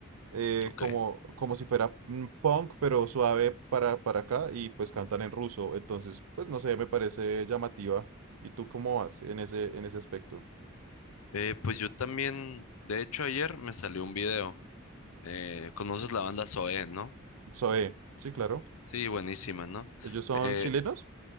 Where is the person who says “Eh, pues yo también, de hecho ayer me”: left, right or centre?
Left